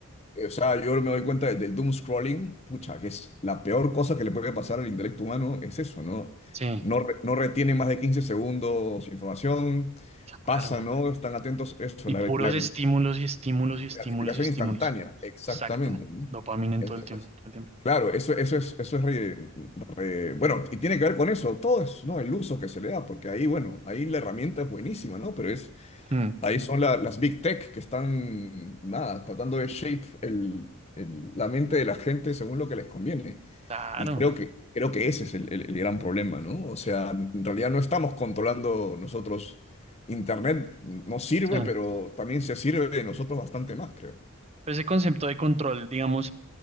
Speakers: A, on the left; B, on the right.
A: Eh, O sea, yo me doy cuenta de- del doom scrolling, pucha, que es la peor cosa que le puede pasar al intelecto humano, es eso, ¿no?
B: sí,
A: No, re- no retiene más de 15 segundos información, pasa,
B: claro.
A: ¿no? Están atentos, eso,
B: Y
A: la,
B: puros
A: la
B: estímulos y estímulos y estímulos
A: gratificación
B: y estímulos.
A: instantánea, exactamente,
B: Exacto.
A: ¿no?
B: Dopamina en
A: entonces
B: todo el tiempo. todo el tiempo.
A: Claro, eso, eso es, eso es re- re- bueno, y tiene que ver con eso, todo es, ¿no? El uso que se le da, porque ahí, bueno, ahí la herramienta es buenísima, ¿no? Pero es,
B: Mm,
A: ahí son la- las big tech que están, nada, tratando de shape el, el- la mente de la gente según lo que les conviene.
B: claro.
A: Y creo que, creo que ese es el, el- el gran problema, ¿no? O sea, en realidad no estamos controlando nosotros. Internet nos sirve,
B: Sí.
A: pero también se sirve de nosotros bastante más, creo.
B: Pues ese concepto de control, digamos,